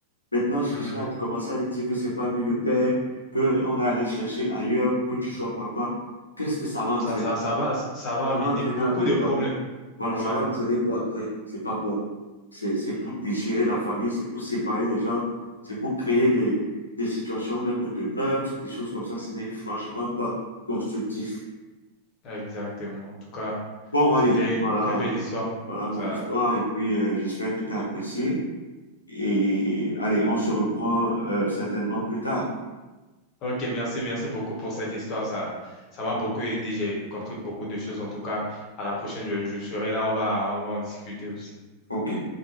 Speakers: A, on the left (about 75°); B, on the left (about 35°).
A: Maintenant, chercher
B: Mhm.
A: à commencer à lui dire que c'est pas lui le père, qu'on a allé chercher ailleurs, que tu sois papa. Qu'est-ce que ça va entraîner?
B: Ça, ça, ça va, ça va
A: Ça
B: amener
A: va entraîner
B: beaucoup
A: après
B: de
A: quoi?
B: problèmes.
A: Voilà,
B: Ouais.
A: ça va entraîner quoi après? C'est pas bon. C'est, c'est
B: Mhm.
A: pour déchirer la famille, c'est pour séparer les gens, c'est pour créer des, des situations même de meurtre, des choses comme ça. Ce n'est franchement pas constructif.
B: Exactement. En tout cas,
A: Bon,
B: c'était
A: allez,
B: une
A: voilà,
B: très belle histoire.
A: voilà mon
B: Ça.
A: histoire et puis euh, j'espère que tu as apprécié. Et allez, on se reprend euh, certainement plus tard.
B: Ok, merci, merci beaucoup pour cette histoire. Ça, ça m'a beaucoup aidé. J'ai compris beaucoup de choses. En tout cas, à la prochaine, je, je serai là. On va, on va en discuter aussi.
A: OK.